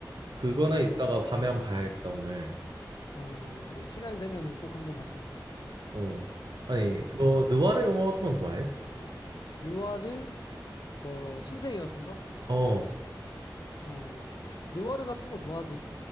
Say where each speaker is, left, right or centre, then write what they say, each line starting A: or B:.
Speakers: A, on the right; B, on the left.
A: 그거는
B: 어,
A: 이따가 밤에 한번 봐야겠다, 오늘.
B: 어, 그래. 시간이 되면은 꼭 한번 봤으면 좋겠어.
A: 어. 아니,
B: 어.
A: 너 누아르 영화 같은 건 좋아해?
B: 느와르, 뭐, 신세계 같은 거?
A: 어.
B: 어, 느와르 같은 거 좋아하지?